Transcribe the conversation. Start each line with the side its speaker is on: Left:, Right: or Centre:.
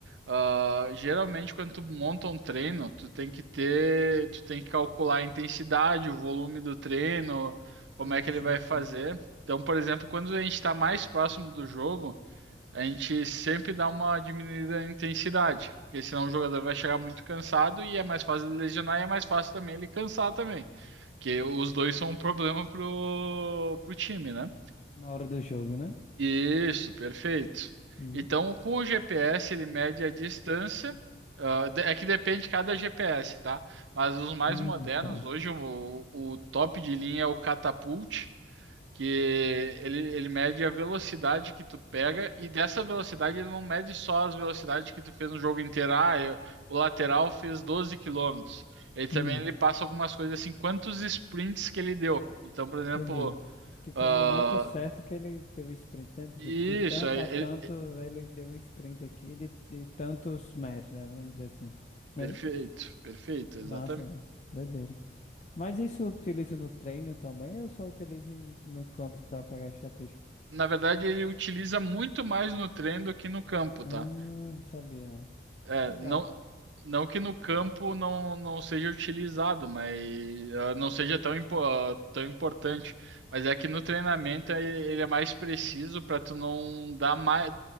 Right: Ah, geralmente, quando tu monta um treino, tu tem que ter, tu tem que calcular a intensidade, o volume do treino,
Left: sim,
Right: como é que
Left: sim,
Right: ele vai
Left: sim.
Right: fazer. Então, por exemplo, quando a gente está mais próximo do jogo a gente sempre dá uma diminuída na intensidade, porque senão o jogador vai chegar muito cansado e é mais fácil ele lesionar e é mais fácil também ele cansar também, que os dois são um problema pro, pro time, né?
Left: Na hora do jogo, né?
Right: Isso, perfeito.
Left: Uhum.
Right: Então, com o GPS, ele mede a distância. ah, de- é que depende de cada GPS, tá? Mas os mais
Left: Hum,
Right: modernos,
Left: tá.
Right: hoje o, o top de linha é o Catapult, que ele, ele mede a velocidade que tu pega e dessa velocidade ele não mede só as velocidades que tu fez no jogo inteiro. Ah, eu- o lateral fez 12 quilômetros. Ele também
Left: Hum,
Right: ele passa algumas coisas assim, quantos sprints que ele deu. Então, por exemplo,
Left: entendi. Tipo,
Right: ah,
Left: o momento certo que ele deu o sprint, né? De
Right: isso,
Left: Tipo, de tanto
Right: é,
Left: a tanto,
Right: ele-
Left: ele deu um sprint aqui de, de tantos metros, né? Vamos dizer assim. Não
Right: perfeito,
Left: é isso?
Right: perfeito, exatamente.
Left: Massa, velho. Doideira. Mas isso utiliza no treino também ou só utiliza em- no campo pra pegar estatística?
Right: Na verdade, ele utiliza muito mais no treino do que no campo,
Left: Ah,
Right: tá?
Left: não sabia, não.
Right: É,
Left: Legal.
Right: não, não que no campo não, não seja utilizado, mas ah, não seja tão, impo- ah, tão importante. Mas é que no treinamento eh, ele é mais preciso para tu não dar mais.